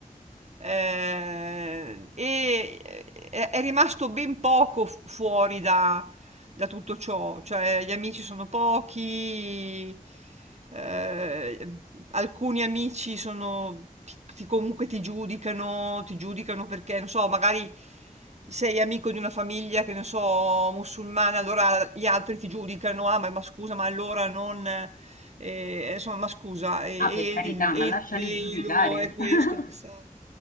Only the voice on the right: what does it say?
eh, e eh, è, è rimasto ben poco fu- fuori da, da tutto ciò, cioè gli amici sono pochi, eh, alcuni amici sono, ti, ti- comunque ti giudicano, ti giudicano perché, non so, magari sei amico di una famiglia, che ne so, musulmana, allora gli altri ti giudicano, ah, ma, ma scusa, ma allora non... eh, insomma, ma scusa, e, e
il e
il
velo, e questo,
e quest'altro.